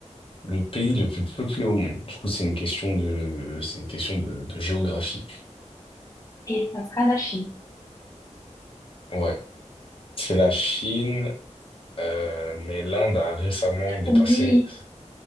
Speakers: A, on the left; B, on the left.
A: le pays le plus peuplé au monde? Du coup, c'est une question de, c'est une question de, de géographie.
B: Et ça sera la Chine.
A: Ouais. C'est la Chine, euh, mais l'Inde a récemment dépassé.
B: Oui.